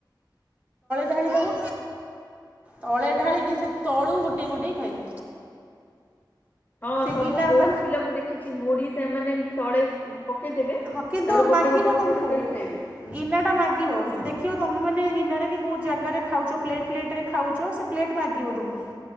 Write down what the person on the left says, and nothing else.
ହଁ
ସବୁ
ବହୁତ
ପିଲା ମୁଁ ଦେଖିଛି ମୁଢି ସେମାନେ ଏମିତି ତଳେ ପକେଇଦେବେ।
ତାପରେ ଗୋଟେ
ଗୋଟେ ଗୋଟେ
ଗୋଟେ କରି ଖାଇବେ।
ହୁଁ